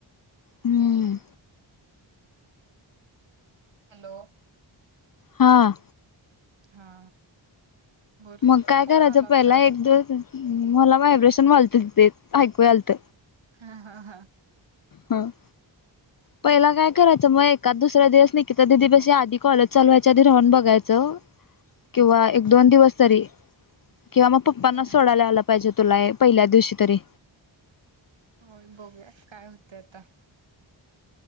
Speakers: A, on the left (about 45°); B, on the right (about 75°).
A: हम्म.
B: हॅलो.
A: हां.
B: हा. बोल
A: मग
B: ते
A: काय
B: फोन
A: करायचं
B: आला होता
A: पहिला
B: ग.
A: एक दि मला व्हायब्रेशन वालतच ते ऐकू आलत.
B: हा हा हा.
A: हम. पहिला काय करायचं मग एकाद दुसरा्या दिवस निकिता तर दिदी बशी आधी कॉलेज चालवायच्या आधी राहून बघायचं किंवा एक दोन दिवस तरी किंवा मग पप्पना
B: हा
A: सोडायला आला पाहिजे तुला पहिल्या दिवशी तरी
B: होय बघूया काय होत आता.